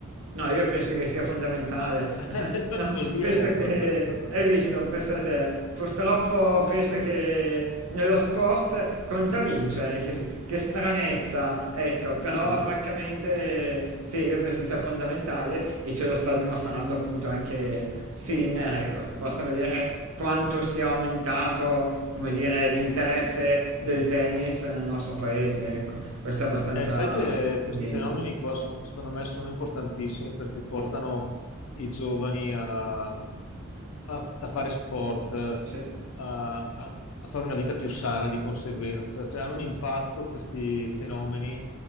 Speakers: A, on the right; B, on the left.
A: No, io penso che sia fondamentale.
B: <laughs>
A: <laughs>
B: La
A: No,
B: follia
A: penso
B: è nella
A: che,
B: tua testa, praticamente.
A: hai visto, pensa te, purtroppo penso che nello sport conta vincere, che, che stranezza, ecco,
B: Sì,
A: però
B: vero?
A: francamente sì, io penso sia fondamentale e ce lo sta dimostrando appunto anche Sinner, ecco, basta vedere quanto sia aumentato, come dire, l'interesse del tennis nel nostro paese, ecco, questo è abbastanza
B: Eh, sai che questi
A: evidente.
B: fenomeni qua sono- secondo me sono importantissimi perché portano i giovani a, a- a fare sport, a,
A: Sì,
B: a- a fare una vita più sana di conseguenza. Cioè, hanno un impatto questi fenomeni